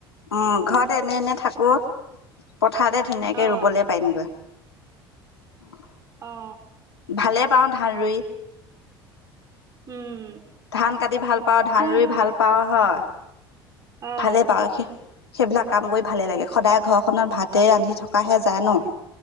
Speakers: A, on the left; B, on the right.
A: উম ঘৰত এনে এনে থাকো। পথাৰতে ধুনীয়াকে
B: অ
A: ৰুবলৈ পাৰিমগৈ। প <unintelligible>
B: অ
A: ভালে পাওঁ ধান ৰুই।
B: উম
A: ধান কাটি ভাল পাও, ধান
B: মই
A: ৰুই
B: এবাৰ
A: ভাল পাও হয়।
B: অ
A: ভালে পাৱক সি। সেইবিলাক কাম কৰি ভালেই লাগে। সদায় ঘৰখনত ভাতেই ৰান্ধি থকাহে যায়, ন?